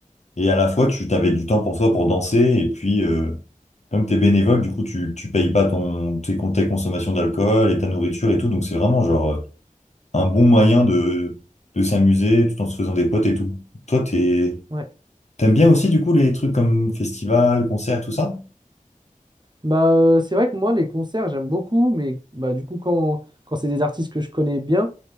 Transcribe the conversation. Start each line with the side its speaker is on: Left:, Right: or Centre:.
Left: Et à la fois, tu t'avais du temps pour toi pour danser et puis, euh, comme t'es bénévole, du coup, tu, tu payes pas ton, tes, tes consommations d'alcool et ta nourriture et tout, donc c'est vraiment genre euh, un bon moyen de, de s'amuser tout en se faisant des potes et tout. Toi, t'es,
Right: ouais.
Left: T'aimes bien aussi, du coup, les trucs comme festival, concert, tout ça?
Right: Bah, euh, c'est vrai que moi, les concerts, j'aime beaucoup, mais bah, du coup, quand, quand c'est des artistes que je connais bien,